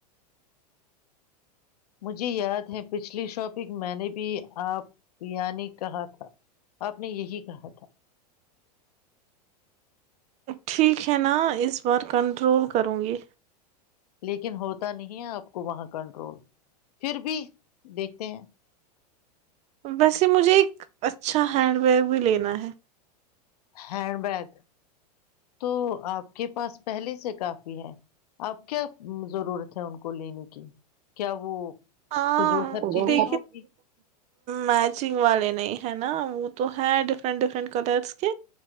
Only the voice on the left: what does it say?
مجھے یاد ہے پچھلی شاپنگ میں نے بھی آپیانی کہا تھا آپ نے یہی کہا تھا
لیکن ہوتا نہیں ہے آپ کو وہاں کنٹرول پھر بھی دیکھتے ہیں
ہینڈ بیگ تو آپ کے پاس پہلے سے کافی ہے آپ کیا ضرورت ہے ان کو لینے کی کیا وہ
فضول خرچی
نہیں ہوگی